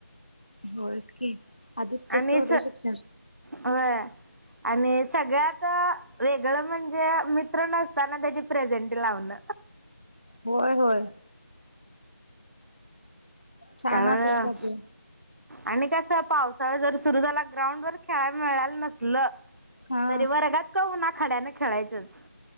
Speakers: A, on the left (about 35°); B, on the right (about 70°).
A: होयस की आधी स्ट्रिक्ट
B: आणि
A: होता
B: स
A: शिक्षण.
B: होय आणि सगळ्यात वेगळं म्हणजे मित्र नसताना त्याची प्रेझेंट लावणं.
A: होय होय. छान
B: त्यामुळं
A: असायचं ते.
B: आणि कसं पावसाळ जर सुरु झाला ग्राउंड वर खेळायला मिळाल नसल
A: हा
B: तरी वर्गात क होना खड्याने खेळायचंच.